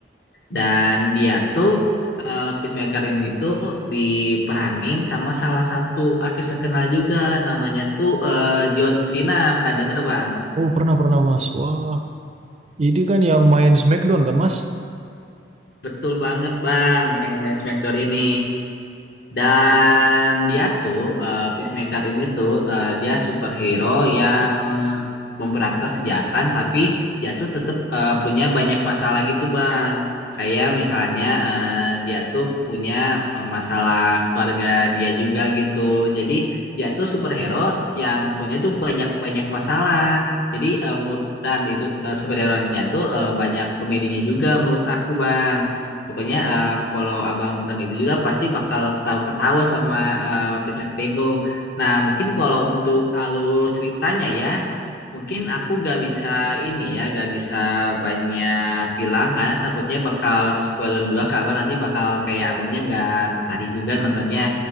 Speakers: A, on the left; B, on the right.
A: Dan dia tuh eh, Peacemaker ini tuh diperanin sama salah satu artis terkenal juga namanya tuh eh, John Cena. Pernah denger, Bang?
B: Oh, pernah-pernah Mas. Wah, ini kan yang main Smackdown kan Mas?
A: Betul banget, Bang, yang main Smackdown ini. Dan dia tuh eh, Peacemaker ini tuh eh, dia superhero yang memberantas kejahatan tapi dia tuh tetap eh, punya banyak masalah gitu Bang. Kayak misalnya eh, dia tuh punya eh, masalah keluarga dia juga gitu. Jadi dia tuh superhero yang sebenarnya tuh banyak-banyak masalah. Jadi eh, menurut- dan itu eh, superhero-nya tuh eh, banyak komedinya juga menurut aku Bang. Pokoknya eh, kalau abang nonton itu juga pasti bakal ketawa-ketawa sama eh, Peacemaker Rindu. Nah mungkin kalau untuk alur ceritanya ya, Mungkin aku gak bisa ini ya, gak bisa banyak bilang karena takutnya bakal spoiler juga kabar nanti bakal kayak abangnya nggak tertarik juga nontonnya.